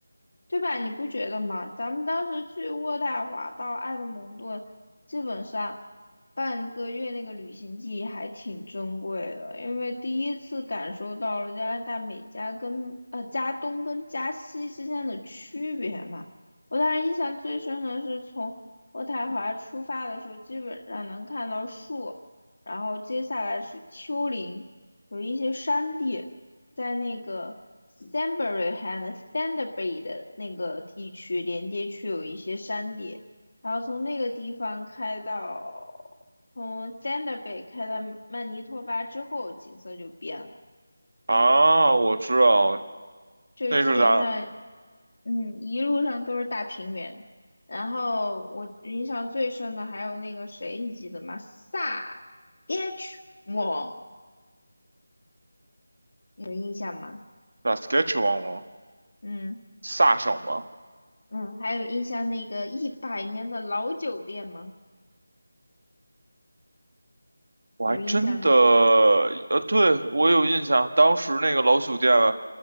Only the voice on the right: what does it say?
啊，我知道，
那是咱
咱 Saskatchewan 吗？
萨省吗？
我还真的，
呃，对，我有印象，当时那个老酒店啊